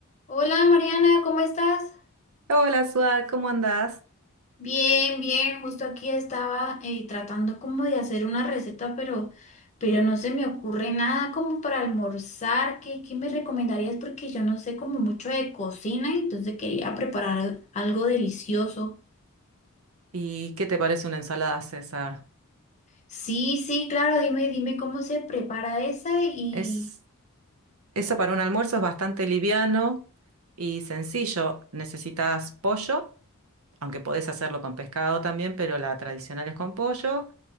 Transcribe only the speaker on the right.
Hola, Suad, ¿cómo andás?
¿Y qué te parece una ensalada César?
Es, eso para un almuerzo es bastante liviano y sencillo. Necesitas pollo, aunque podés hacerlo con pescado también, pero la tradicional es con pollo.